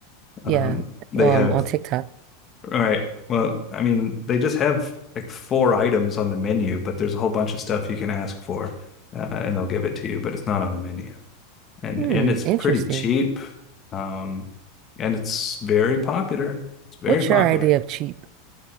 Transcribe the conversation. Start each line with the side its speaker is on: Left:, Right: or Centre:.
Left: Um,
Right: Yeah,
Left: they
Right: um,
Left: have
Right: on TikTok.
Left: All right. Well, I mean, they just have like four items on the menu, but there's a whole bunch of stuff you can ask for, uh, and they'll give it to you, but it's not on the menu. And
Right: Hmm,
Left: and it's pretty
Right: interesting.
Left: cheap, um, and it's very popular. It's very
Right: What's
Left: popular.
Right: your idea of cheap?